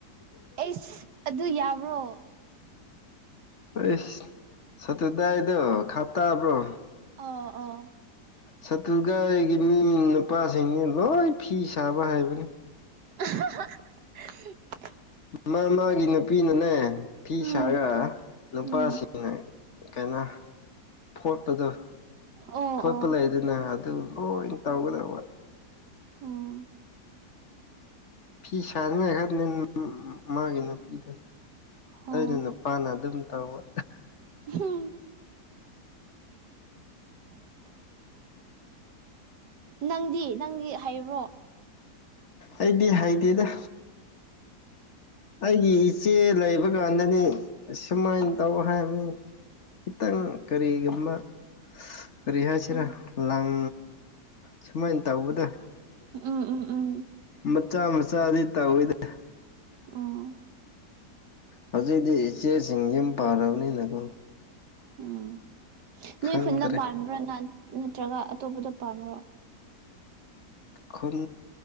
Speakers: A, on the right; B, on the left.
A: ꯑꯩꯁ ꯑꯗꯨ ꯌꯥꯕ꯭ꯔꯣ
B: ꯑꯩꯁ ꯁꯇꯨꯗꯥꯏꯗꯣ ꯈꯥ ꯇꯥꯕ꯭ꯔꯣ
A: ꯑꯥ ꯑꯥ
B: ꯁꯥꯇꯨꯒꯥꯏꯒꯤ ꯃꯤ ꯅꯨꯄꯥꯁꯤꯡꯅꯤ ꯂꯣꯏ ꯐꯤ ꯁꯥꯕ ꯍꯥꯏꯕꯅꯤ
A: <unintelligible>
B: ꯃꯥ ꯃꯥꯒꯤ ꯅꯨꯄꯤꯅꯅꯦ ꯐꯤ
A: ꯎꯝ
B: ꯁꯥꯔꯒ ꯅꯨꯄꯥꯁꯤ
A: ꯎꯝ
B: <unintelligible> ꯀꯩꯅꯣ ꯐꯣꯠꯄꯗꯣ
A: ꯑꯣ
B: ꯐꯣꯠꯄ
A: ꯑꯣ
B: ꯂꯩꯗꯅ ꯑꯗꯨ ꯂꯣꯏ ꯇꯧꯒꯗꯧꯕ
A: ꯑꯣ
B: ꯐꯤ ꯁꯥꯅꯤꯡꯉꯥꯏ <unintelligible> ꯃꯥꯒꯤ ꯅꯨꯄꯤꯗ
A: ꯑꯣ
B: ꯑꯇꯩꯅ ꯅꯨꯄꯥꯅ ꯑꯗꯨꯝ ꯇꯧꯕ
A: <unintelligible> <inaudible> ꯅꯪꯗꯤ ꯅꯪꯗꯤ ꯍꯥꯏꯕ꯭ꯔꯣ
B: ꯑꯩꯗꯤ ꯍꯥꯏꯗꯦꯗ ꯑꯩꯒꯤ ꯏꯆꯦ ꯂꯩꯕ ꯀꯥꯟꯗꯅꯤ ꯁꯨꯃꯥꯏꯅ ꯇꯧ ꯍꯥꯏꯕꯅꯤ ꯈꯤꯇꯪ ꯀꯔꯤꯒꯨꯝꯃ ꯀꯔꯤ ꯍꯥꯏꯁꯤꯔꯥ
A: ꯑꯣ
B: ꯂꯪ ꯁꯨꯃꯥꯏꯅ ꯇꯧꯕꯗ
A: ꯎꯝ ꯎꯝ ꯎꯝ
B: ꯃꯆꯥ ꯃꯆꯥꯗꯤ <unintelligible>
A: ꯑꯣ
B: ꯍꯧꯖꯤꯛꯇꯤ ꯏꯆꯦꯁꯤꯡ ꯌꯨꯝ ꯄꯥꯔꯕꯅꯤꯅꯀꯣ
A: ꯎꯝ ꯅꯣꯏ
B: ꯈꯪꯗ꯭ꯔꯦ
A: ꯈꯨꯟꯅ ꯄꯥꯝꯕ꯭ꯔꯥ ꯅꯠꯇ꯭ꯔꯒ ꯑꯇꯣꯞꯄꯗ ꯄꯥꯝꯕ꯭ꯔꯣ
B: ꯈꯨꯟ